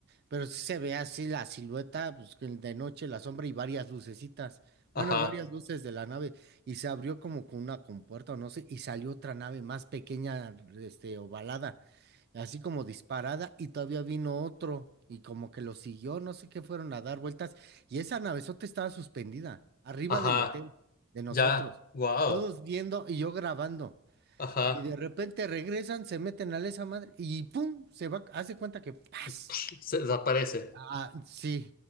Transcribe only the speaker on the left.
ajá,
ajá.
Ya, wow.
Ajá.
Pues, Se desaparece.